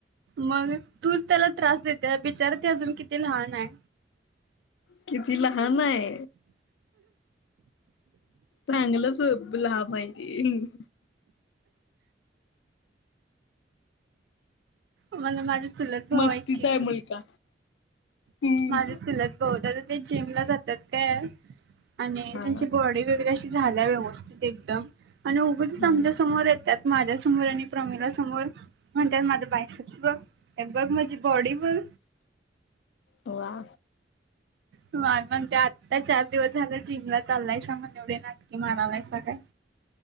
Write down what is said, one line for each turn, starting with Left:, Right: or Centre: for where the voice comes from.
Right: मग तूच त्याला त्रास देतेय बिचारा ते अजून किती लहान आहे.
Left: किती लहान आहे. चांगलंच लांब आहे ते
Right: मला माझे चुलत भाऊ
Left: मस्तीचा
Right: आहेत की
Left: आहे
Right: ग
Left: मुलगा हम्म
Right: माझे चुलत बहुतेक ते जिम ला जात्यात काय आणि
Left: हा
Right: त्यांची बॉडी वगैरे अशी झाल्या व्यवस्थित एकदम आणि उगचच
Left: हम्म
Right: आमच्या समोर येत्यात. माझ्या समोर आणि प्रमीिला समोर म्हणतात माझं बायस बघ. बघ माझी बॉडी बघ.
Left: ववा.
Right: य मण ते आत्ता चार दिवस झालं जिमला चाललायसा मग एवढे नाटके मारालाय स काय?